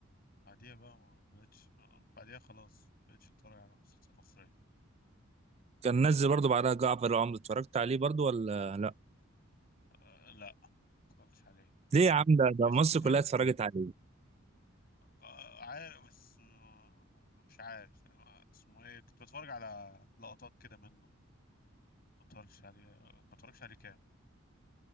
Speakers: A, on the left; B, on the right.
A: بعديها بقى ما بقتش آه، بعديها خلاص ما بقتش اتفرج على مسلسلات مصريه
B: كان نزل برضو بعدها جعفر العمدة اتفرجت عليه برضو ولا لا
A: أه لا ما اتفرجتش عليه
B: ليه يا عم ده ده
A: بشوف
B: مصر
A: كنت
B: كلها
A: بش...
B: اتفرجت عليه
A: آه، عارف بس آه، مش عارف آه، اسمه ايه كنت بتفرج على لقطات كده منه ما اتفرجش عليه ما اتفرجش عليه كام